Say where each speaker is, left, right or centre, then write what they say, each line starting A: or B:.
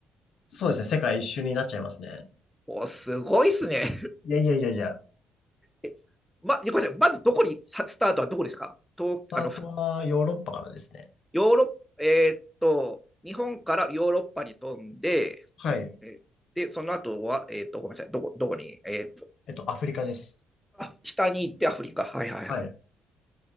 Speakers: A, on the left (about 65°); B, in the centre.
A: そうですね。世界一周になっちゃいますね。
B: おお、すごいっすね。
A: いやいやいやいや。
B: え、ま、ごめんなさい、まずどこに、さスタートはどこですかと、
A: スタートはヨーロッパからですね。
B: あの、ふヨーロッ、えーっと、日本からヨーロッパに飛んで、
A: はい。
B: えで、その後は、えーっと、ごめんなさい、どこ、どこに、えーっ
A: えっと、アフリカです。
B: あ、下に行ってアフリカ。はいはいはい。
A: はい。